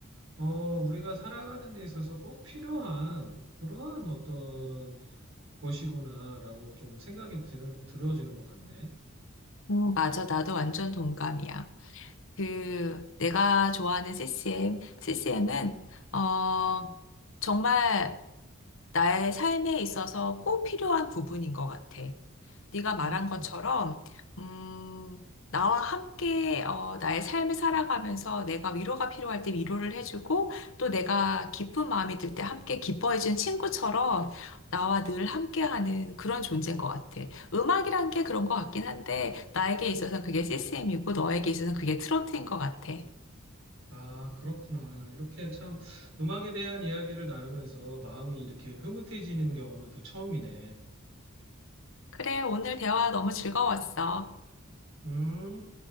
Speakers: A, on the right; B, on the left.
A: 어, 우리가 살아가는 데 있어서 꼭 필요한 그러한 어떤 것이구나라고 좀 생각이 들, 들어지는 것 같네.
B: 음, 맞아, 나도 완전 동감이야. 그 내가 좋아하는 CCM, CCM은 어, 정말 나의 삶에 있어서 꼭 필요한 부분인 것 같아. 네가 말한
A: 음.
B: 것처럼, 음, 나와 함께 어, 나의 삶을 살아가면서 내가 위로가 필요할 때 위로를 해주고 또 내가 기쁜 마음이 들 때 함께 기뻐해준 친구처럼 나와 늘 함께하는 그런 존재인 것 같아. 음악이란 게 그런 것 같긴 한데 나에게 있어서는 그게 CCM이고 너에게 있어서는 그게 트로트인 것 같아.
A: 아, 그렇구나. 이렇게 참 음악에 대한 이야기를 나누면서 마음이 이렇게 흐뭇해지는 경우는 또 처음이네.
B: 그래, 오늘 대화 너무 즐거웠어.
A: 음.